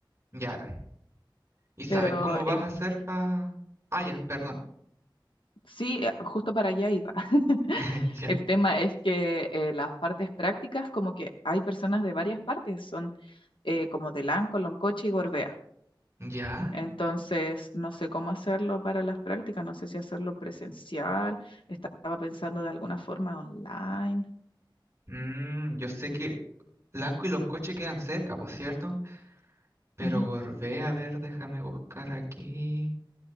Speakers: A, on the right (about 30°); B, on the left (about 80°).
A: ya. ¿Y sabes
B: pero
A: cómo vas
B: el,
A: a hacer para... Ah, ya, perdón.
B: sí, eh, justo para allá iba. <laughs>
A: <laughs> Ya.
B: El tema es que eh, las partes prácticas como que hay personas de varias partes, son eh, como de Lanco, Loncoche y Gorbea.
A: ¿Ya?
B: Entonces, no sé cómo hacerlo para las prácticas, no sé si hacerlo presencial, estaba pensando de alguna forma online.
A: Mm, yo sé que Lanco y Loncoche quedan cerca, por cierto. Pero
B: Ujú.
A: Gorbea, a ver, déjame buscar aquí.